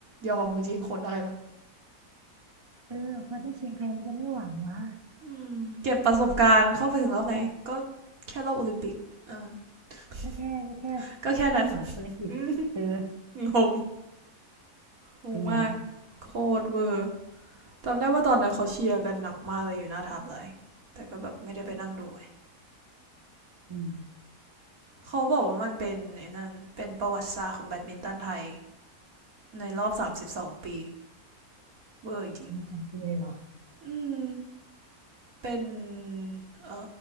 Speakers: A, on the right; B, on the right.
A: ยอมจริงๆคนอะไร
B: เออพอได้ชิงใครมันจะไม่หวังวะ
A: อืมเก็บประสบการณ์เข้าไปถึงรอบไหนก็แค่รอบโอลิมปิกเออ <laughs>
B: ก็แค่ก็แค่
A: ก็แค่นั้น
B: ที่สองโอลิมปิกเออ
A: <laughs> อืงงงงมาก
B: เป็นไงล่ะ
A: โคตรเวอร์จำได้ว่าตอนนั้นเขาเชียร์กันหนักมากเลยอยู่หน้าทับเลยแต่ก็แบบไม่ได้ไปนั่งดู
B: อืม
A: เขาบอกว่ามันเป็นไอ้นั่นเป็นประวัติศาสตร์ของแบดมินตันไทยในรอบ32ปีเวอร์จริง
B: ทำสบสองปีเลยเหรอ
A: อืมเป็นเอ